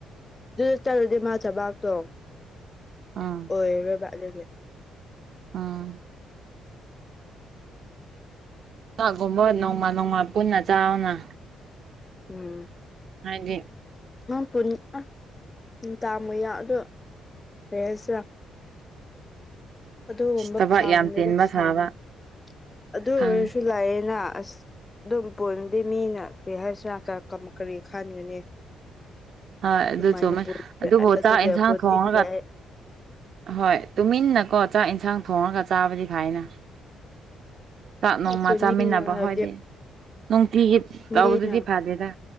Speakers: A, on the left (about 25°); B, on the right (about 60°).
A: ꯑꯗꯨ ꯇꯧꯔꯗꯤ ꯃꯥ ꯊꯕꯥꯛꯇꯣ
B: ꯑꯝ
A: ꯑꯣꯏꯔꯔꯣꯏꯕ ꯑꯗꯨꯒꯤ
B: ꯑꯝ ꯆꯥꯛꯒꯨꯝꯕ ꯅꯣꯡꯃ ꯅꯣꯡꯃ ꯄꯨꯟꯅ ꯆꯥꯎꯅ
A: ꯎꯝ
B: ꯍꯥꯏꯗꯤ
A: ꯅꯪ ꯄꯨꯟꯅ ꯅꯨꯡꯗꯥꯡ ꯃꯥꯌꯥ ꯑꯗꯨ ꯂꯩꯔꯁꯤꯔꯥ ꯑꯗꯨꯒꯨꯝꯕ
B: ꯑꯁ ꯊꯕꯛ
A: ꯐꯥꯡꯗꯦꯗ
B: ꯌꯥꯝ ꯆꯤꯟꯕ
A: ꯁꯥꯡꯉꯦ
B: ꯁꯥꯕ
A: ꯑꯗꯨ
B: ꯈꯪꯉꯦ
A: ꯑꯣꯏꯔꯁꯨ ꯂꯩꯌꯦꯅ ꯑꯁ ꯑꯗꯨꯝ ꯄꯨꯟꯗꯤ ꯃꯤꯅ ꯀꯔꯤ ꯍꯥꯏꯁꯤꯔ ꯀꯥ ꯀꯝ ꯀꯔꯤ ꯈꯟꯒꯅꯤ
B: ꯍꯣꯏ ꯑꯗꯨ
A: ꯁꯨꯃꯥꯏꯅ
B: ꯆꯨꯝꯃꯦ ꯑꯗꯨꯕꯨ
A: ꯑꯗꯨꯒꯤ
B: ꯆꯥꯛ ꯑꯦꯟꯖꯥꯡ
A: ꯄꯨꯅꯤꯡꯗꯦ
B: ꯊꯣꯡꯔꯒ
A: ꯑꯩ
B: ꯍꯣꯏ ꯇꯨꯃꯤꯟꯅꯀꯣ ꯆꯥꯛ ꯑꯦꯟꯁꯥꯡ ꯊꯣꯡꯔꯒ ꯆꯥꯕꯗꯤ ꯐꯩꯅ ꯆꯥꯛ ꯅꯣꯡꯃ
A: ꯄꯨꯅꯤꯡꯉ
B: ꯆꯥꯃꯤꯟꯅꯕ
A: ꯍꯥꯏꯕꯗꯤ
B: ꯍꯣꯏꯗꯤ ꯅꯨꯡꯇꯤꯒꯤ ꯇꯧꯕꯗꯨꯗꯤ
A: ꯃꯤꯅ
B: ꯐꯗꯦꯗ